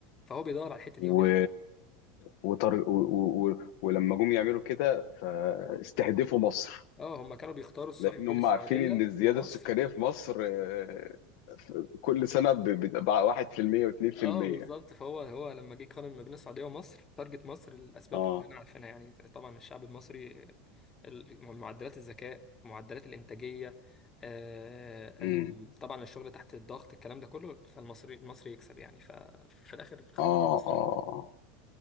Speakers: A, on the left; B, on the left.
A: فهو بيدور على الحتة
B: و...
A: دي هو بيعمل
B: وطر... و... و... و... ولما جم يعملوا كده فاستهدفوا مصر
A: اه هم كانوا بيختاروا السع-
B: لان
A: ما بين
B: هم
A: السعودية
B: عارفين ان الزياده
A: ومصر
B: السكانيه في مصر آه، في- كل سنه ب- بتبقى 1% و2%
A: اه بالظبط فهو هو لما جه يقارن ما بين السعوديه ومصر تارجت مصر الاسباب
B: اه
A: كلنا عارفينها يعني طبعا الشعب المصري ال- معدلات الذكاء معدلات الانتاجيه آه،
B: امم
A: ال- طبعا الشغل تحت الضغط الكلام ده كله فالمصري المصري يكسب يعني ففي الاخر اختار
B: اه
A: مصر
B: اه